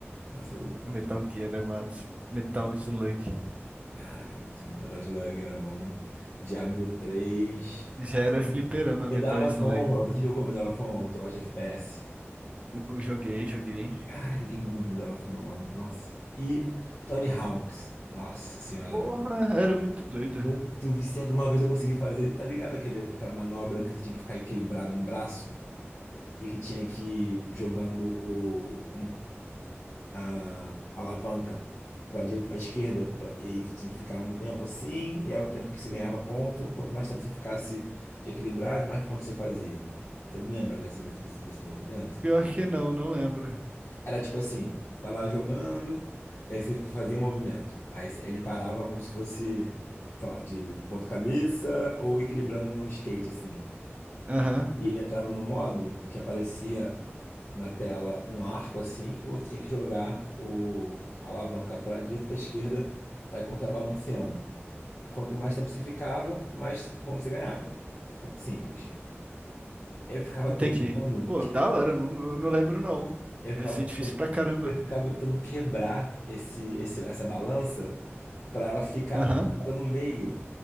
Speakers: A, on the left (about 60°); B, on the right (about 30°).
A: Nossa, eu,
B: A Metal
A: eu-
B: Gear, amados. Metal Slug.
A: Caraca, muito bom. Metal Slug era bom. Diablo 3.
B: Já era fliperama
A: Medal
B: Metal
A: of
B: Slug.
A: Honor. Você jogou Medal of Honor? Eu gosta de FPS.
B: Eu joguei, joguei.
A: Caraca, joguei muito Medal of Honor. Nossa. E Tony Hawk's. Nossa senhora.
B: Porra, era muito doido.
A: Muito viciado. Uma vez eu consegui fazer, tá ligado? Aquele, aquela manobra que você tinha que ficar equilibrado no braço e que tinha que ir jogando o, a alavanca para direita, para esquerda, pra- e tinha que ficar um tempo assim, e aí o tempo que você ganhava ponto, quanto mais tempo você ficasse equilibrado, mais pontos você fazia. Você lembra dessa, desse, desse desse movimento?
B: Pior que não, não lembro.
A: Era tipo assim, você tá lá jogando, e aí você fazia um movimento. Aí você- ele parava como se fosse, sei lá, de ponta cabeça ou equilibrando no skate, assim.
B: Aham,
A: Ele entrava no modo que aparecia na tela um arco assim, e você tinha que jogar o a alavanca para direita e para esquerda para ir contrabalanceando. Quanto mais tempo você ficava, mais pontos você ganhava. F- Simples. Eu ficava
B: entendi.
A: tentando,
B: Pô, da hora, não, eu não lembro não.
A: eu
B: Devia
A: ficava,
B: ser difícil pra caramba.
A: eu ficava tentando quebrar esse, esse- essa balança para ela ficar
B: Aham.
A: toda no meio